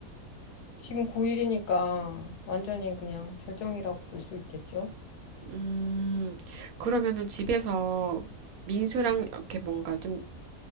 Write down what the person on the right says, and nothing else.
음, 그러면은 집에서 민수랑 이렇게 뭔가 좀